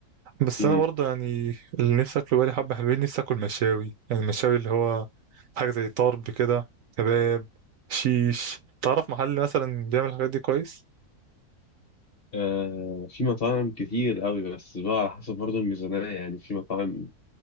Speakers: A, on the right; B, on the left.
A: بس
B: امم
A: انا برضو يعني اللي نفسي اكله بقالي حبه حلوين نفسي اكل مشاوي يعني المشاوي اللي هو حاجه زي طرب كده كباب شيش تعرف محل مثلا بيعمل الحاجات دي كويس
B: آه في مطاعم كتير قوي بس بقى على حسب برضو الميزانيه يعني في مطاعم